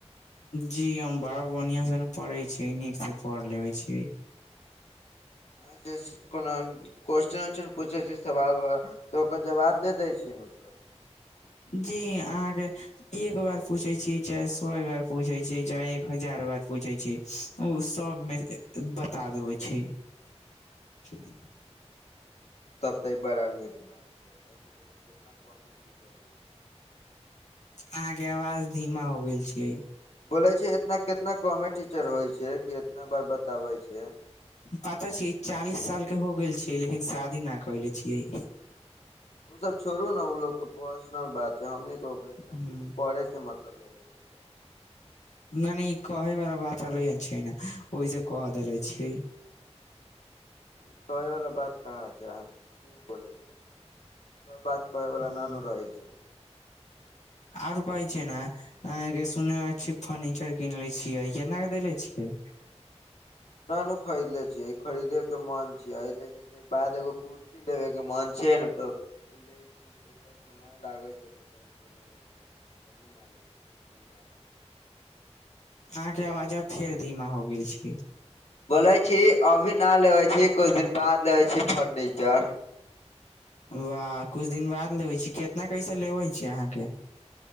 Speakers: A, on the left (about 80°); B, on the left (about 65°).
A: जी हम बड़ा बढ़िया से न पढ़े छीयै नीक से पढ़ लेबे छीयै।
B: <unintelligible> क्वेश्चन उस्चन पूछै छैय सवाल उवाल तऽ ओकर जवाब दे दै छी नु
A: जी अहाँके एक बार पूछै छैय चाहे सए बार पूछै छैय चाहे एक हजार बार पूछै छैय ओ सब मे ए ए बता देबे छैय।
B: <inaudible>
A: <inaudible>
B: तब तऽ ई बड़ा नीक बात छैय ऐसन ऐसन कितना कमे टीचर होय छैय।
A: अहाँके आवाज धीमा हो गैल छियै।
B: बोलै छैय इतना केतना कमे टीचर होय छैय कि इतना बार बताबै छैय।
A: पता छीयै चालीस साल के हो गेल छियै लेकिन शादी ना कयले छियै
B: ओ सब छोड़ू ना उ लोग के पर्सनल बात छैय हमनी के
A: ह
B: <inaudible> पढ़े से मत लब रहेके चाही
A: नहि नहि ई कहे बला बात चलै छैय ने ओहि से कह देले छीयै।
B: ई कहैवला बात कहाँ छऽ की बोलै छी सब बात कहैवला
A: ह
B: ना नु रहै छैय।
A: आओर कहै छैय ना अहाँ के सुने में आयल छै फर्नीचर कीनले छियै केना के देले छियै?
B: ना नू खरीदले छियै खरीदे के मन छियै अइ ले कि बाद एगो कुर्सी लेबे के मन छीयै न त <inaudible> समय लागे छैय त कनि दिन मे लेेबै अभी ना लेेबै किछु दिन बाद लेबै
A: अहाँके आवाज अब फेर धीमा हो गेल छैय।
B: बोलय छी अभी ना लेबै छी कुछ दिन बाद लेबै छी फर्नीचर
A: वाह कुछ दिन बाद लेबै छी कितना कैसे लेबै छियै अहाँके?